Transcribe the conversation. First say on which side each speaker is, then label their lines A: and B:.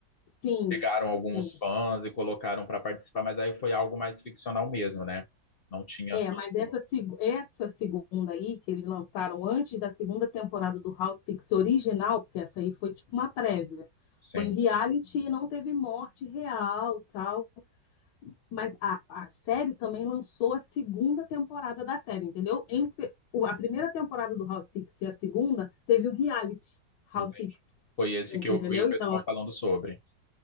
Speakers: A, on the left; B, on the left.
A: Sim,
B: pegaram alguns
A: sim.
B: fãs e colocaram para participar, mas aí foi algo mais ficcional mesmo, né? Não tinha
A: É,
B: tanto,
A: mas essa, seg- essa segunda aí, que eles lançaram antes da segunda temporada do House Six original, porque essa aí foi tipo uma prévia.
B: sim,
A: Foi em reality e não teve morte real, tal. Mas a, a série também lançou a segunda temporada da série, entendeu? Entre o- a primeira temporada do House Six e a segunda, teve o reality House
B: entendi.
A: Six,
B: Foi esse
A: entendeu?
B: que eu vi o pessoal
A: Então,
B: falando sobre,